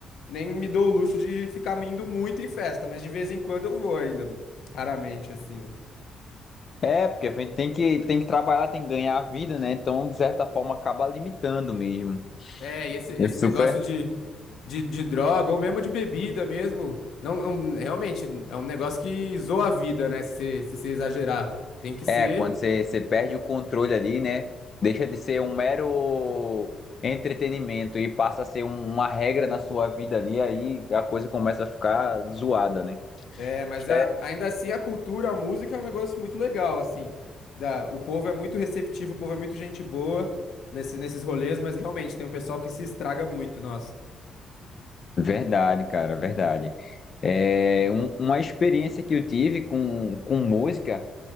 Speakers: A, on the left; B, on the left.
A: nem me dou o luxo de ficar indo muito em festa, mas de vez em quando eu vou ainda, raramente assim, né?
B: É, porque a gente tem que, tem que trabalhar, tem que ganhar a vida, né? Então, de certa forma, acaba limitando mesmo.
A: É, e esse, esse
B: É super.
A: negócio de, de, de droga ou mesmo de bebida mesmo, não, não- realmente é um negócio que zoa a vida, né? Se você se você exagerar, tem que ser.
B: É, quando você, você perde o controle ali, né? Deixa de ser um mero entretenimento e passa a ser um- uma regra na sua vida ali, aí a coisa começa a ficar zoada, né?
A: É, mas a-
B: É.
A: ainda assim a cultura, a música é um negócio muito legal, assim. Da, o povo é muito receptivo, o povo é muito gente boa nesse, nesses rolês, mas realmente tem um pessoal que se estraga muito, nossa.
B: Verdade, cara, verdade. É um- uma experiência que eu tive com, com música,